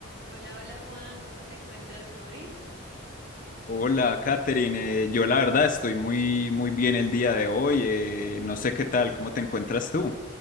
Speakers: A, on the right; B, on the left.
A: Hola, hola Juan, ¿cómo te encuentras hoy?
B: Hola, Katherine. Eh, yo la verdad estoy muy, muy bien el día de hoy. eh, no sé qué tal, ¿cómo te encuentras tú?